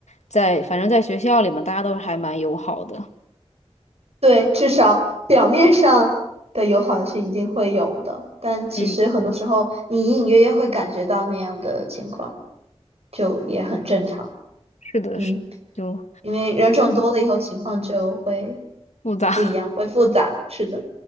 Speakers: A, on the left; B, on the right.
A: 在，反正在学校里嘛，大家都还蛮友好的。
B: 对，至少表面上的友好是一定会有的，但其实很多时候你隐隐约约会感觉到那样的情况，
A: 嗯，
B: 就也很正常。
A: 是的，
B: 嗯，
A: 是就
B: 因为人种多了以后，情况就会
A: 复杂，
B: 不一样，会复杂。是的。